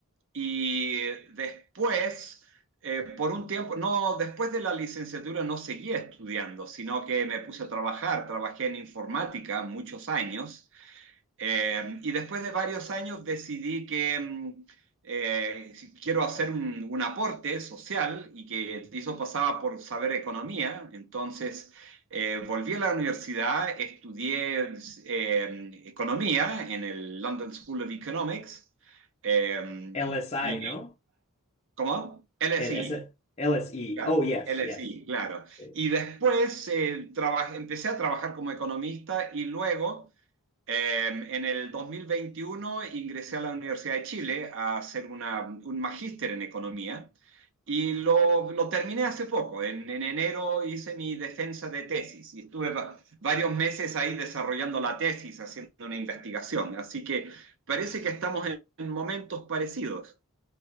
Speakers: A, on the right (about 60°); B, on the left (about 30°).
A: y después, eh, por un tiempo, no, después de la licenciatura no seguía estudiando, sino que me puse a trabajar, trabajé en informática muchos años eh, y después de varios años decidí que em, eh, si quiero hacer un, un, aporte social y que eso pasaba por saber economía. Entonces eh, volví a la universidad, estudié eh, economía en el London School of Economics. eh,
B: LSI,
A: y,
B: ¿no?
A: ¿Cómo? LSI.
B: El- ese- LSE.
A: ya.
B: Oh, yes,
A: LSI,
B: yes.
A: claro.
B: Sí.
A: Y después eh, traba- empecé a trabajar como economista y luego eh, en el 2021 ingresé a la Universidad de Chile a hacer una- un magíster en economía y lo, lo terminé hace poco. En, en enero hice mi defensa de tesis y estuve va- varios meses ahí desarrollando la tesis, haciendo una investigación. Así que parece que estamos en en momentos parecidos.